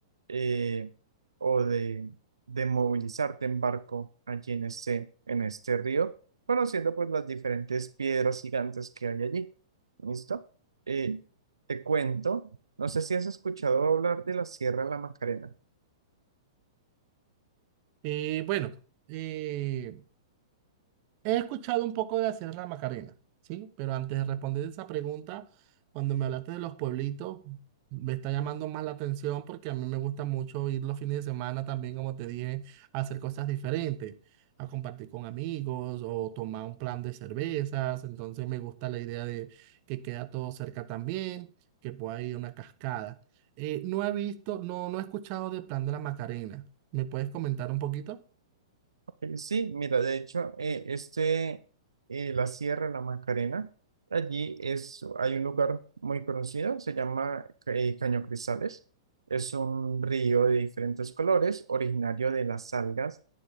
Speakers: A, on the right; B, on the right.
A: eh, o de, de movilizarte en barco allí en este, en este río, conociendo pues las diferentes piedras gigantes que hay allí. ¿Listo? Eh, te cuento, no sé si has escuchado hablar de la Sierra de la Macarena.
B: Eh, bueno, eh, He escuchado un poco de hacer la Macarena, ¿sí? Pero antes de responder esa pregunta, cuando me hablaste de los pueblitos, me está llamando más la atención porque a mí me gusta mucho ir los fines de semana también, como te dije, a hacer cosas diferentes, a compartir con amigos o tomar un plan de cervezas. Entonces me gusta la idea de que queda todo cerca también, que pueda ir a una cascada. Eh, no he visto, no, no he escuchado del plan de la Macarena. ¿Me puedes comentar un poquito?
A: Eh, Sí, mira, de hecho, eh, este, eh, la Sierra de La Macarena, allí es, hay un lugar muy conocido, se llama eh, Caño Cristales. Es un río de diferentes colores, originario de las algas,